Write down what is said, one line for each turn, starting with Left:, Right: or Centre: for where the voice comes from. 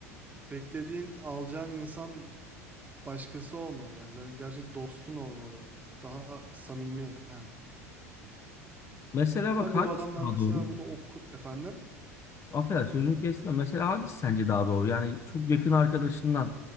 Right: beklediğin alacağın insan başkası olmalı bence. Hani gerçek dostun olmalı. Daha samimi hem.
Left: Mesela bak
Right: Tabii
Left: hangisi
Right: o adamlar
Left: daha
Right: mesela
Left: doğru?
Right: bunu oku efendim.
Left: Affedersin sözünü kestim. de Mesela hangisi sence daha doğru? Yani çok yakın arkadaşından